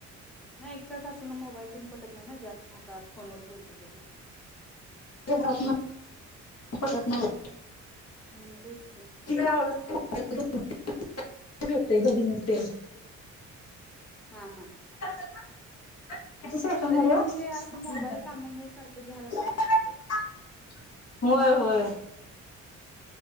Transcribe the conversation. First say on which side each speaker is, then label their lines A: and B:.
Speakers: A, in the centre; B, on the left.
A: नाही का सासूना मोबाईल तेन पटत नाही ना जास्त हातात फोनवर बोललेलं.
B: <unintelligible> पटत नाही.
A: हा तेच की
B: <inaudible> <inaudible> येतंय बघणं ते.
A: हा हा.
B: <unintelligible> कसं सापडणार
A: तरी पण
B: ओ? <unintelligible>
A: हे असं मोबाईल कामामुळे सारखं घ्यायलाच लागतंय हातात
B: होय होय.